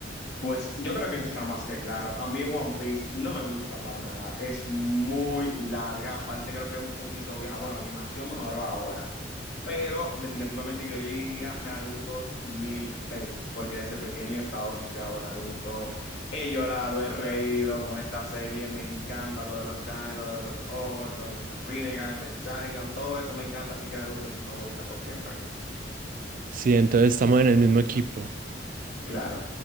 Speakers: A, on the left (about 70°); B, on the right (about 50°).
A: Pues yo creo que eso está más que claro. A mí One Piece no me gusta para nada. Es muy larga. Aparte creo que es un poquito vieja. Bueno, la animación mejoró ahora. pero definitivamente yo elegiría Naruto mil veces, porque desde pequeño he estado asociado a Naruto, he llorado, he reído con esta serie, me encanta lo de los clanes, lo de los ojos, lo del Rinnegan, el Sharingan, todo eso me encanta, así que Naruto es mi favorita por siempre,
B: Sí, entonces estamos en el mismo equipo.
A: claro.